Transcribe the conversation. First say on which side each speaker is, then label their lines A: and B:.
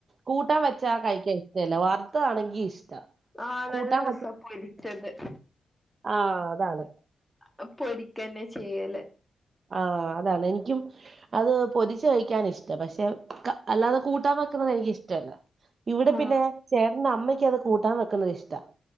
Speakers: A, on the right; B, in the centre.
A: കൂട്ടാൻ വെച്ചാ കഴിക്കാ. ഇല്ലല്ല വാർത്തതാണെങ്കി ഇഷ്ടാ.
B: ആഹ്
A: കൂട്ടാൻ
B: നല്ല രസാ പൊരിച്ചത്.
A: ആഹ് അതാണ്.
B: അഹ് പൊരിക്കന്നെ ചെയ്യല്.
A: ആഹ് അതാണ് എനിക്കും. അത് പൊരിച്ച് കഴിക്കാൻ ഇഷ്ടാ പക്ഷേ ക അല്ലാതെ കൂട്ടാൻ വെക്കുന്നത് എനിക്കിഷ്ടല്ല. ഇവിടെ
B: ആ
A: പിന്നെ ചേട്ടന്റെ അമ്മയ്ക്ക് അത് കൂട്ടാൻ വെക്കുന്നത് ഇഷ്ടാ.